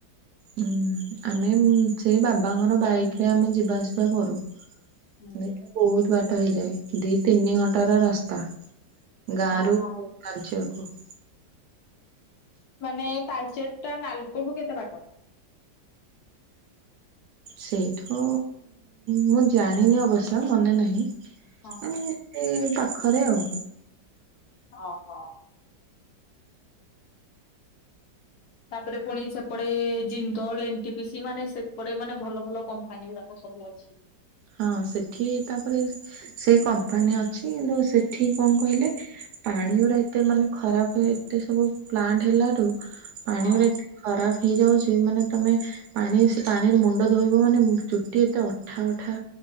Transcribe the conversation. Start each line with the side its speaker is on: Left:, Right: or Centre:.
Right: ହୁଁ, ଆମେ ସେଇ ବାବାଙ୍କର ବାଇକ୍ ରେ ଆମେ ଯିବା ଆସିବା କରୁ।
Left: ହୁଁ।
Right: ମିଉଠୁ ବହୁତ ବାଟ ହେଇଯାଏ, ଦି ତିନି ଘ ଟାର ରାସ୍ତା ଗାଁ
Left: ହଁ
Right: ରୁ
Left: ହଁ
Right: ତାଳଚେର୍ କୁ।
Left: ମାନେ, ତାଲଚେର୍ ଟା ନାଲକୋ ରୁ କେତେ ବାଟ?
Right: ସେଇଠୁ, ମୁଁ ଜାଣିନି, ଅବଶ୍ୟ ମନେ ନାହିଁ,
Left: ହଁ।
Right: ଏଁ ଉଁ ପାଖରେ ଆଉ।
Left: ଅ ହ। ତାପରେ, ପୁଣି ସେପଟେ ଜିନ୍ଦଲ୍, ଏନ୍ଟିପିସି, ମାନେ ସେପଟେ, ମାନେ, ଭଲ ଭଲ କମ୍ପାନୀ ଗୁଡାକ ସବୁ ଅଛି।
Right: ହଁ ସେଠି ତାପରେ, ସେଇ କମ୍ପାନୀ ଅଛି କିନ୍ତୁ ସେଠି କଣ କହିଲେ ପାଣି ଗୁରା ଏତେ ମାନେ ଖରାପେ। ଏତେ ସବୁ ପ୍ଲାଣ୍ଟ ହେଲାଠୁ ପାଣି
Left: ହଁ।
Right: ଗୁରା ଏତେ ଖରାପ ହେଇଯାଉଛି ମାନେ ତମେ, ପାଣି ସେ ପାଣିରେ ମୁଣ୍ଡ ଧୋଇବ ମାନେ ଚୁଟି ଏତେ ଅଠା ଅ। ଠା